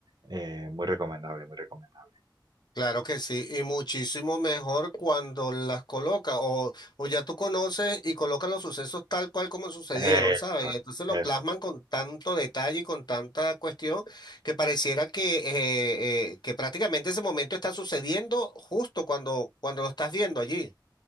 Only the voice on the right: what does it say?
eh, muy recomendable, muy recomendable.
Eso
es,
eso
es.